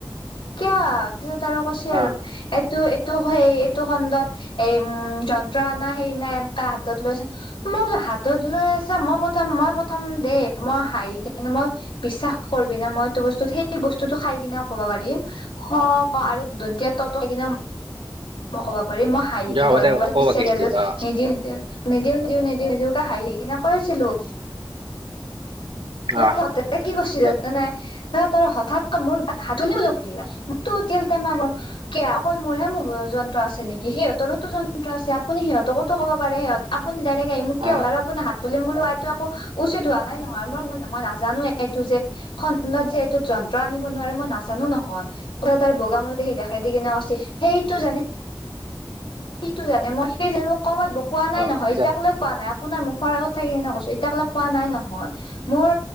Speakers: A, on the left; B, on the right.
A: কিয় তছত আৰু কৈছে আৰু
B: অ
A: এইটো এইটো সেই এইটো খণ্ডত এই উম যন্ত্ৰ আনা সেইনা এনেকা হাতত লৈছা মই বোলো হাতত লৈ আছা, মই প্ৰথম মই প্ৰথম দেই মই হাৰি কিনে মই বিশ্বাস কৰিবি না মইতো বস্তু সেই বস্তুটো খাই কিনেও ক'ব পাৰিম। হ প আৰু ধনতিয়া ত টো <unintelligible> কিনা মই ক'ব পাৰি ম হায় কিনে
B: অ দে হ'ব
A: হয়
B: দে
A: মোবাইলটো
B: ক
A: পিছে
B: বাকী
A: <unintelligible>
B: খিনি অ
A: নিদিওঁ নিদিওঁ নিদিওঁ নিদিওঁকে হাঁহি কিনে কৈ আছিলোঁ। মই
B: অ
A: ততে কি কৰিছিল
B: পিছত
A: জান নাই ত ত হঠাৎ মোৰ গাত হাতলিবলৈ সুধিলাক <unintelligible> তিল তে <unintelligible> কি অকল মোৰহে মোৰ যন্ত্ৰ আছে নেকি সিহঁতৰোতো যন্ত্ৰ আছে আপুনি সিহঁতকোতো ক'ব পাৰে সিহঁত আপুনি ডাইৰেক্ট আহি মোক কিয়
B: অ
A: হল আৰু আপুনি হাত তোলিম বুলি <unintelligible> কোৱা উচিত হোৱা নাই নহয়, মই <unintelligible> মই নাজানো এইটো যে খণ্ডত যে এইটো যন্ত্ৰ আনিব নোৱাৰে, মই নাজানো ন। হয় ত তাৰ বগা মলতে সি দেখাই দি কিনে অস্তি সেইটো জানি ইটো জানে মই সেই যে মোক ক'বাত ব কোৱা নাই
B: অ
A: নহয়
B: পিছত
A: এতিয়াক লৈ কোৱা নাই, আপোনাৰ মুখৰ আগত থাকি সেনে কৈছোঁ এতিয়া কলে কোৱা নাই নহয়, মোৰ